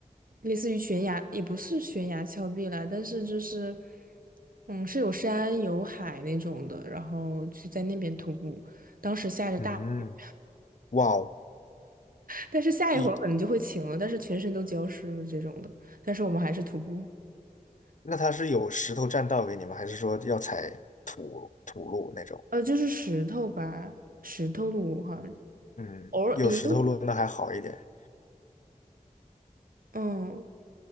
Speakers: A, on the right; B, on the left.
A: 类似于悬崖，也不是悬崖峭壁啦，但是就是嗯是有山有海那种的，然后去在那边徒步，当时下着大雨。
B: 嗯，哇哦，
A: 但是下一会儿可能就会晴了，
B: 你
A: 但是全身都浇湿了这种的。但是我们还是徒步，
B: 那它是有石头栈道给你吗？还是说要踩土路那种？
A: 呃，就是石头吧，石头路好像
B: 嗯，
A: 偶尔也有，
B: 有石头路那还好一点。
A: 嗯。